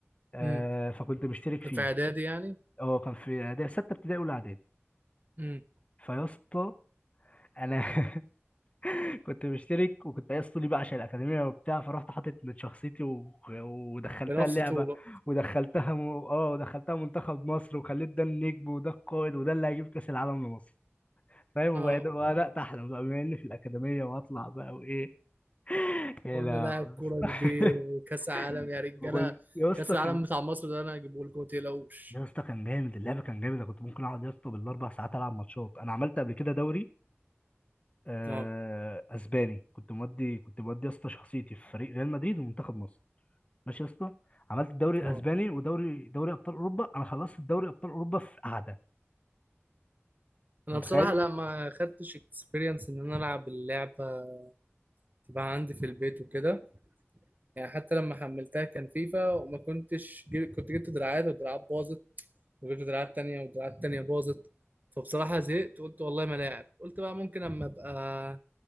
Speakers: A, on the left; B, on the right.
A: آه
B: امم
A: فكنت مشترك
B: ده
A: فيه
B: في إعدادي يعني
A: اه كان في إعدادي- سته ابتدائي اولى اعدادي
B: امم
A: فيا اسطى انا <laughs> كنت مشترك وكنت عايز طولي بقى عشان الاكاديميه وبتاع فرحت حاطط من شخصيتي و... ودخلتها
B: بنفس
A: اللعبه
B: طوله
A: ودخلتها م... اه ودخلتها منتخب مصر وخليت ده النجم وده القائد وده اللي هيجيب كاس العالم لمصر فاهم وبقيت-
B: اه
A: وبدات احلم بقى بما اني في الاكاديميه وهطلع بقى وايه يا
B: وأنا
A: لا
B: لاعب كورة
A: <laughs>
B: كبير وكأس عالم يا رجالة
A: وكنت يا اسطى
B: كأس العالم
A: كان
B: بتاع مصر ده أنا هجيبه لكم متقلقوش
A: يا اسطى كان جامد اللعبه كان جامد انا كنت ممكن اقعد يا اسطى بالاربع ساعات العب ماتشات انا عملت قبل كده دوري آه،
B: اه
A: اسباني كنت مودي كنت مودي يا اسطى شخصيتي في فريق ريال مدريد ومنتخب مصر ماشي يا اسطى عملت الدوري الاسباني
B: اه
A: ودوري دوري ابطال اوروبا انا خلصت الدوري ابطال اوروبا في قعده
B: انا
A: انت
B: بصراحه
A: متخيل
B: لا ما خدتش اكسبيرينس ان انا العب اللعبه تبقى عندي في البيت وكده يعني حتى لما حملتها كان فيفا وما كنتش جيب... كنت جبت دراعات ودراعات باظت وجبت دراعات تانية ودراعات تانية باظت فبصراحة زهقت قلت والله ما لاعب قلت بقى ممكن اما ابقى